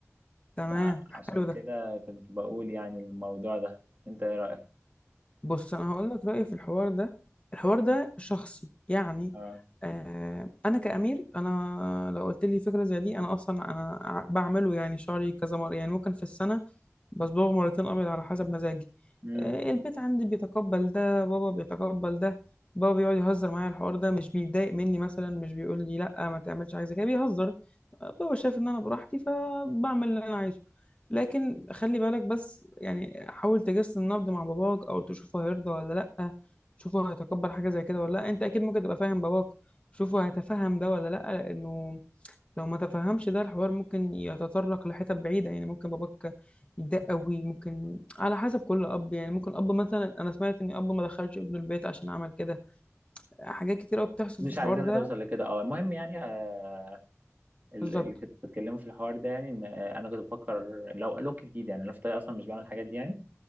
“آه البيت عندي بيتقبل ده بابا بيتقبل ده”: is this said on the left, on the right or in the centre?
Left